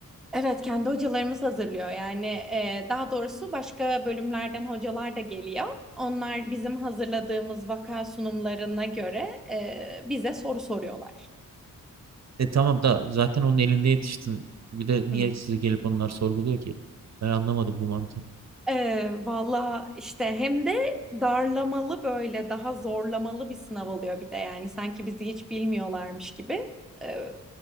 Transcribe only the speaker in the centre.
Evet kendi hocalarımız hazırlıyor yani e, daha doğrusu başka bölümlerden hocalar da geliyor. Onlar bizim hazırladığımız vaka sunumlarına göre e, bize soru soruyorlar.
Hı.
Ee, valla işte hem de darlamalı böyle daha zorlamalı bir sınav oluyor bir de yani sanki bizi hiç bilmiyorlarmış gibi e,